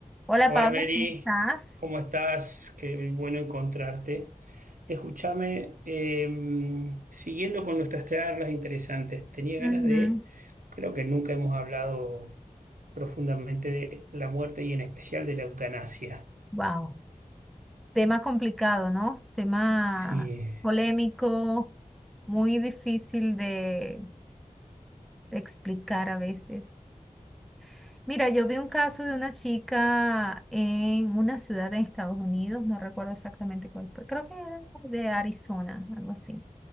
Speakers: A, in the centre; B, on the right.
A: Hola
B: Hola
A: Pablo,
B: Mary,
A: ¿cómo estás?
B: ¿cómo estás? Qué bueno encontrarte. Escúchame, eh, siguiendo con nuestras charlas interesantes, tenía ganas
A: Ujú.
B: de, creo que nunca hemos hablado profundamente de la muerte y en especial de la eutanasia.
A: Wow, tema complicado, ¿no? Tema
B: Sí,
A: polémico, muy difícil de, de explicar a veces. Mira, yo vi un caso de una chica en una ciudad en Estados Unidos, no recuerdo exactamente cuál fue, creo que era de Arizona, algo así.